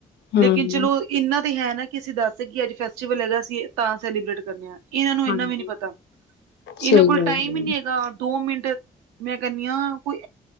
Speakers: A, on the left; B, on the right.
A: ਹੂੰ,
B: ਲੇਕਿਨ ਚਲੋ ਇਨਾਂ ਤਾਂ ਹੈ ਨਾ ਕਿ ਅਸੀਂ ਦੱਸ ਸਕ ਕਿ ਅੱਜ ਫੈਸਟੀਵਲ ਹੈਗਾ ਅਸੀਂ ਤਾਂ ਸੈਲੀਬ੍ਰੇਟ ਕਰਦੇ ਹਾਂ ਇਹਨਾਂ ਨੂੰ
A: ਹਾਂਜੀ,
B: ਇਨਾ ਵੀ ਨੀ ਪਤਾ ਇਹਨਾਂ
A: ਸਹੀ
B: ਕੋਲ
A: ਗੱਲ
B: ਟਾਈਮ
A: ਹੈ।
B: ਹੀ ਨੀ ਹੈਗਾ ਦੋ ਮਿੰਟ ਮੈਂ ਕਹਨੀ ਹਾਂ ਕੋਈ